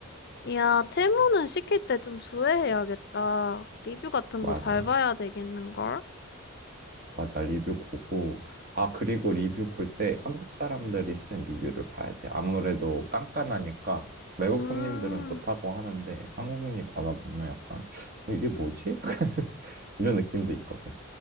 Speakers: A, on the left; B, on the right.
A: 야, 테무는 시킬 때 좀 주의해야겠다. 리뷰 같은
B: 맞아.
A: 거 잘 봐야 되겠는걸?
B: 맞아, 리뷰 보고. 아, 그리고 리뷰 볼 때 한국 사람들이 쓴 리뷰를 봐야 돼. 아무래도 깐깐하니까 외국
A: 음,
B: 손님들은 좋다고 하는데 한국인이 받아보면 약간, 어, 이게 뭐지? <laughs> 이런 느낌도 있거든.